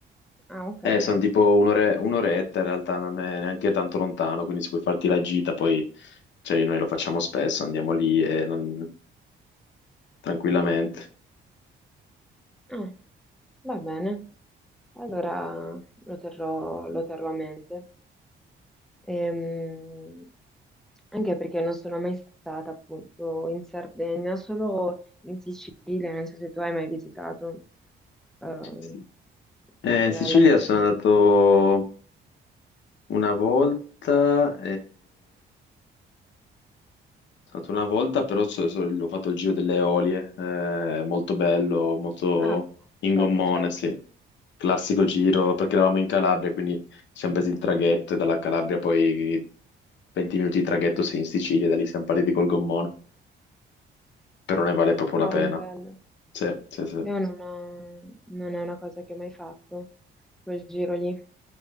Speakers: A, in the centre; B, on the left.
A: Ah, ok,
B: Eh,
A: ok.
B: sono tipo un'ore- un'oretta in realtà, non è neanche tanto lontano, quindi se puoi farti la gita, poi cioè, noi lo facciamo spesso, andiamo lì e non- tranquillamente.
A: Ah, va bene. Allora lo terrò, lo terrò a mente. Ehm, anche perché non sono mai stata appunto in Sardegna, solo in Sicilia. Non so se tu hai mai visitato ehm,
B: Sì. Eh,
A: la,
B: in Sicilia
A: la Sicilia.
B: sono andato una volta, Stato una volta, però so- so- ho fatto il giro delle Eolie, eh, molto bello, molto
A: Ah,
B: in
A: certo,
B: gommone,
A: certo.
B: sì. Classico giro, perché eravamo in Calabria, quindi ci siamo presi il traghetto e dalla Calabria poi 20 minuti di traghetto sei in Sicilia, da lì siamo partiti col gommone, però ne vale proprio
A: Cavoli,
B: la pena.
A: bello.
B: Sì, sì, sì.
A: Io non, ho- non è una cosa che ho mai fatto, quel giro lì.